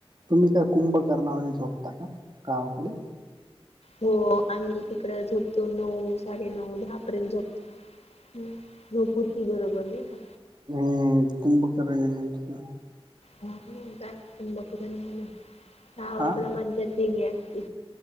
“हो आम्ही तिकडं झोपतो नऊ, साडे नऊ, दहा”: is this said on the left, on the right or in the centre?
Left